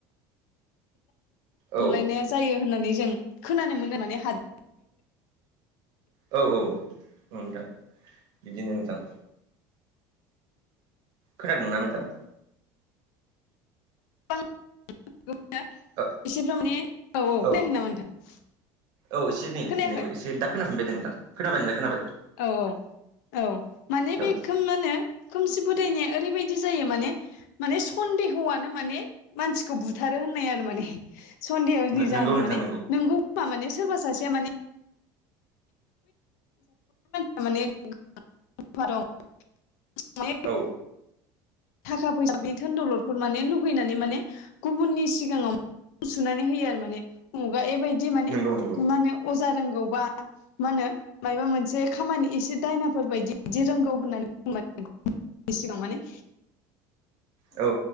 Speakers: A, on the left; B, on the right.
A: खमलायनाया
B: औ
A: जायो होननानै जों खोनानो मोनो माने हाद
B: औ औ नोंथां बिदिनो नोंथां। खोनादोंना नोंथां।
A: <inaudible> औ औ
B: हेल'
A: खोनायाखै नामा
B: औ
A: नोंथां?
B: औ एसे नै
A: खोनायाखै
B: एसे दा खोनाफिनबाय दा नोंथां खोनाबाय नोंलाय खोनाबाय
A: औ औ औ माने
B: औ
A: बे खोम मा होनो खोमसि फोथायनाया ओरैबायदि जायो माने माने सन्देह'आनो माने मानसिखौ बुथारो होननाय आरो माने सन्देह'नि
B: नोंगौ
A: जाहोनाव
B: नोंथां
A: माने नोंगौ खोमा माने सोरबा सासेया माने <inaudible> माने दं <unintelligible>
B: औ
A: थाखा फैसा बे धोन दौलदखौ माने लुगैनानै माने गुबुननि सिगाङाव सुनानै होयो आरो माने उमुगा एबायदि माने
B: नोंगौ नोंगौ
A: मा होनो अजा रोंगौ बा मा होनो मायाबा मोनसे खामानि एसे दायनाफोर बायदि बिदि रोंगौ होननानै बुंङो <inaudible> सिगाङाव माने
B: औ